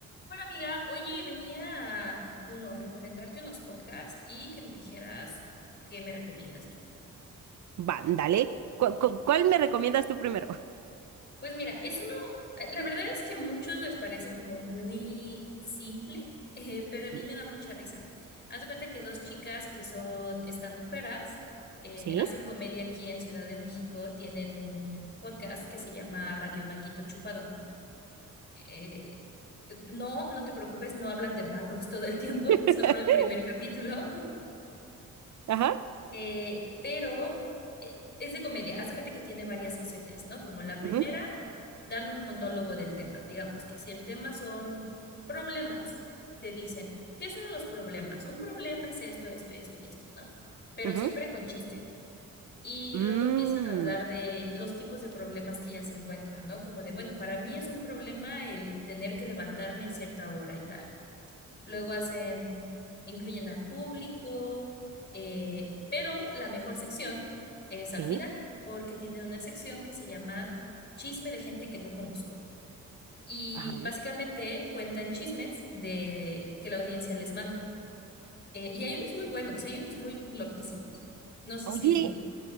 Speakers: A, on the left (about 30°); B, on the right (about 60°).
A: Hola amiga, oye, venía uno, recomendarte unos podcasts y que me dijeras qué me recomiendas tú.
B: Va, dale. ¿Cu- cu- cuál me recomiendas tú primero?
A: Pues mira, es uno, eh, la verdad es que a muchos les parece como muy simple, <laughs> eh, pero a mí
B: Y-
A: me da mucha risa. Haz de cuenta que dos chicas que son standuperas, eh,
B: ¿Sí?
A: hacen comedia aquí en Ciudad de México, tienen un podcast que se llama Radio Manguito Chupado. Eh, no, no te preocupes, no hablan de mangos <laughs> todo el tiempo,
B: <laughs>
A: solo el primer capítulo.
B: Ajá.
A: Eh, pero eh, es de comedia. Haz de cuenta que tiene varias secciones, ¿no? Como la primera,
B: ujú,
A: dan un monólogo del tema. Digamos que si el tema son problemas, te dicen, ¿qué son los problemas? Un problema es esto, esto, esto y esto, ¿no? Pero
B: ujú,
A: siempre con chiste. Y
B: mm,
A: luego empiezan a hablar de los tipos de problemas que ya se encuentran, ¿no? Como de, bueno, para mí es un problema el tener que levantarme a cierta hora y tal. Luego hacen, incluyen al público, eh, pero la mejor sección es
B: sí.
A: al final, porque tienen una sección que se llama Chisme de gente que no conozco. Y
B: Ajá.
A: básicamente cuentan chismes de que la audiencia les manda. Eh, y hay unos muy buenos, hay unos muy loquísimos. No sé
B: Oye,
A: si